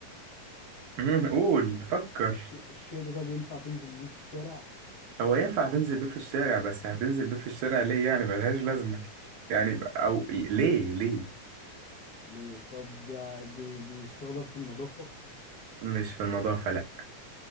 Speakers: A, on the right; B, on the left.
A: <laughs> قول فكر
B: الش... الشيء ده طب ينفع تنزل بيه في الشارع
A: هو ينفع تنزل بيه في الشارع بس هتنزل بيه في الشارع ليه يعني ملهاش لازمة يعني أو ليه ليه
B: ليه طب ده بي... بيستخدم في النظافة
A: مش في النظافة لأ